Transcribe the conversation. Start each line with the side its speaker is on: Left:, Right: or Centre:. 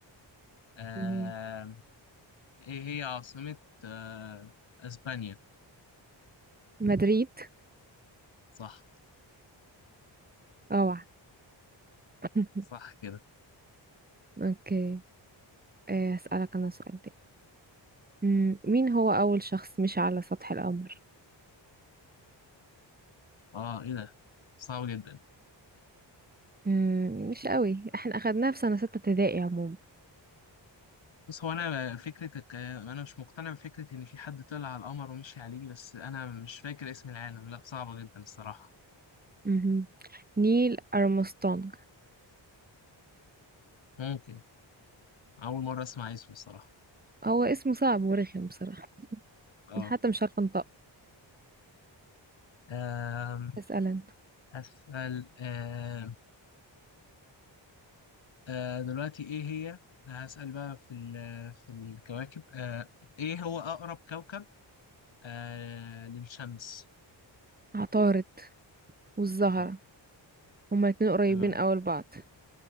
Left: آه
Right: مهم.
Left: إيه هي عاصمة آه أسبانيا؟
Right: مدريد
Left: صح
Right: اوعى <laughs>
Left: صح كده
Right: اوكي آه اسألك انا سؤال تاني مم، مين هو اول شخص مشى على سطح القمر
Left: أه إيه ده؟ صعب جدا
Right: مم، مش قوي احنا اخدناها في سنة ستة ابتدائي عموما
Left: بس هو انا فكرتك انا مش مقتنع بفكره ان في حد طلع على القمر ومشي عليه بس انا مش فاكر اسم العالم لا صعبه جدا الصراحه
Right: مهم. نيل ارمسترونج
Left: ممكن اول مره اسمع اسمه الصراحه
Right: هو اسمه صعب ورخم بصراحة
Left: اه
Right: انا حتى مش عارفة انطقه
Left: آم،
Right: اسأل انت
Left: اسال آم، آه، دلوقتي ايه هي هسال بقى في ال- في الكواكب آه، ايه هو اقرب كوكب آه، للشمس
Right: عطارد والزهرة
Left: صح
Right: هما الاتنين قريبين
Left: تمام
Right: أوي لبعض